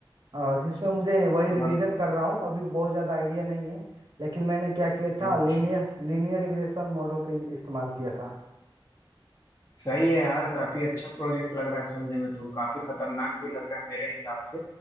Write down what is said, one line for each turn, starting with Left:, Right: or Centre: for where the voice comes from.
Right: अ, जिसमें मुझे वही रिवीजन
Left: बहुत
Right: कर रहा हूँ अभी बहुत ज़्यादा आइडिया नहीं है लेकिन मैंने क्या किया था
Left: अच्छा
Right: लीनियर लीनियर रिग्रेशन मॉडल का इस्तेमाल किया था
Left: सही है यार काफी अच्छा प्रोजेक्ट लग रहा है सुनने में तो काफी खतरनाक भी लग रहा है मेरे हिसाब से